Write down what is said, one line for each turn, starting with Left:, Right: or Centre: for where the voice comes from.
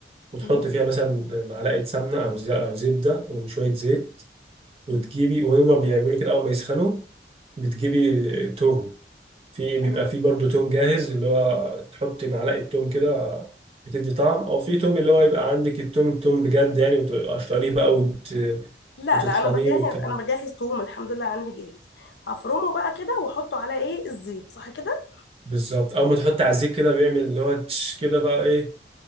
Right: وتحطي
Left: مم.
Right: فيها مثلا معلقه سمنه او زي- او زبده وشويه زيت وتجيبي
Left: مم.
Right: وهما بيعملوا كده اول ما يسخنوا بتجيبي توم في بيبقى
Left: تمام
Right: في برضه توم جاهز اللي هو تحط معلقة توم كده بتدي طعم او في توم اللي هو يبقى عندك التوم توم بجد يعني وتقشريه بقى وت...
Left: لا
Right: وتطحنيه
Left: لا انا بجهز
Right: والكلام
Left: انا
Right: ده.
Left: بجهز توم الحمد لله عندي جاهز هفرمه بقى كده واحطه على ايه الزيت صح كده
Right: بالظبط اول ما تحط عزيك كده بيعمل اللي هو تش كده بقى ايه